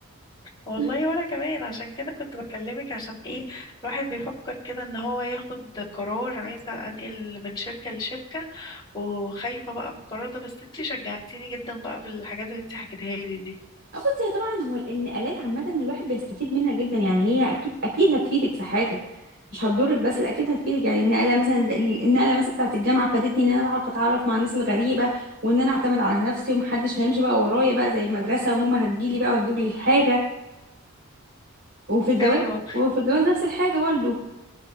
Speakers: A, on the left; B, on the right.
A: والله
B: <laughs>
A: وانا كمان عشان كده كنت بكلمك عشان ايه الواحد بيفكر كده ان هو ياخد قرار عايزه انقل من شركه لشركه وخايفه بقى من القرار ده بس انتي شجعتيني جدا بقى بالحاجات اللي انتي حكيتها لي دي
B: آه، بصي هي طبعا هو النقلات عامة الواحد بيستفيد منها جدا يعني هي أكيد أكيد هتفيدك في حاجة مش هتضرك بس لا أكيد هتفيدك يعني النقلة مثلا النقلة مثلا بتاعة الجامعة فادتني إن أنا أعرف أتعرف مع الناس الغريبة وإن أنا أعتمد على نفسي ومحدش هيمشي بقى ورايا بقى زي المدرسة وماما هتجيلي بقى وتجيب لي الحاجة وفي الجواز
A: ايوه
B: وفي الجواز نفس الحاجة برضه